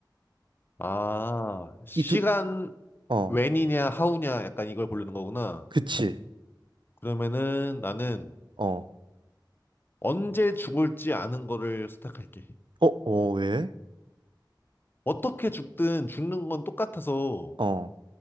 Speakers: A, on the left (about 25°); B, on the right (about 80°).
A: 아 시간
B: 이 두, 어,
A: 웬이냐 하우냐 약간 이걸 고르는 거구나.
B: 그치.
A: 그러면은 나는
B: 어,
A: 언제 죽을지 아는 거를 선택할게.
B: 어, 어, 왜?
A: 어떻게 죽든 죽는 건 똑같아서
B: 어,